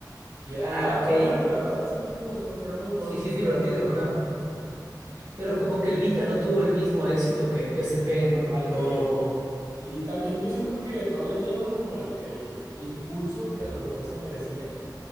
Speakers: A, on the right (about 80°); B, on the right (about 65°).
A: Y era,
B: Ah,
A: era,
B: ok,
A: era bueno, la verdad, sí, sí me gustó, pero era muy corto,
B: sí, sí es divertido,
A: nada más recuerdo.
B: ajá. Pero como que el Vita no tuvo el mismo éxito que el PSP normal,
A: No,
B: creo yo.
A: sí, también yo siento que no le dieron como el, el, el impulso que a lo mejor se merecía,